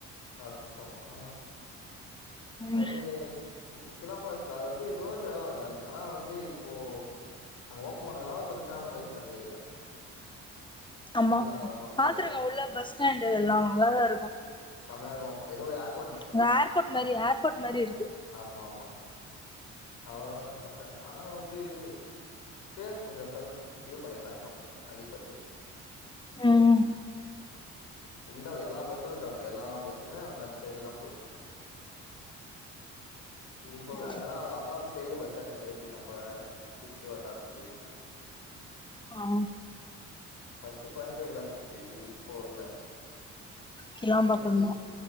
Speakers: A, on the left (about 85°); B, on the left (about 15°).
A: நட்ந்து போணு அ அது
B: ம்
A: இப்போ கிளம்பம்பக்கத்துல அது வந்து எதோ ஒரு எட அது ஆனா வந்து இப்போ அங்க ஓபன் பண்ணதுனால கொஞ்சோ ஃபேமஸ் ஆயிடுச்சு அந்த ஏரியா
B: ஆமா
A: கிளாம்பாக்கோ அந்த
B: பாத்துருக்கே
A: ஏரியா
B: உள்ள பஸ் ஸ்டாண்டு் எல்லா நல்லாதா இருக்கு
A: <unintelligible> எதோ ஏர்
B: இந்த ஏர்போர்ட் மாரி ஏர்போர்ட் மாரி இருக்கு
A: ஆமா ஆமா நல்லாதா இருக்கு பஸ் ஸ்டாண்ட் ஆனா வந்து ஸ்பேஸ் கொஞ்சோ கம்மிப் இது பண்ணிக்கலா இன்னு அதிக ப
B: ம்
A: இந்த எல்லா பஸ்ஸு இருக்கு அங்க எல்லாம் பஸ்ஸுமே அங்க அந்த சைட்ல தா போகுது இப்ப
B: ம்
A: அங்கதா அதா வந்து பெரிய பஸ் ஸ்டாண்ட் இது தெரிஞ்சி நம்ப சுற்று வட்டாரத்திலியே
B: ஆ ஆ
A: ஃபஸ்ட்டு கோயம்பேடு தா இருந்துச்சி இப்போ இல்ல
B: கிளம்பாக்கம்
A: நெக்ஸ்ட்
B: தா